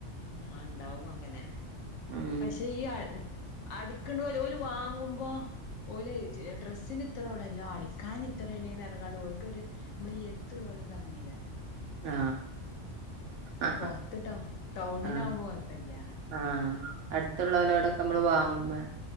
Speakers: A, on the left; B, on the right.
A: ആഹ് ണ്ടാകും അങ്ങനെ
B: ഉം
A: പക്ഷെ ഈ അടു അടിക്കണ്ടുപോലും ഓൽ വാങ്ങുമ്പോ ഓല് ഡ്രെസ്സിന് ഇത്രഉള്ളല്ലോ അടിക്കാൻ ഇത്രേനി അനങ്ങാണ്ട് ഓൽക്കൊരു നമ്മളീ എടുത്തുള്ളോൽ <unintelligible>
B: ആ ഹ
A: പൊറത്തിട്ടോ ടൗണിലാവുമ്പോ
B: ഹ ആ
A: കൊഴപ്പല്ല
B: ആ അടുത്തുള്ളലോടക്കെ വാങ്ങുമ്പോൾ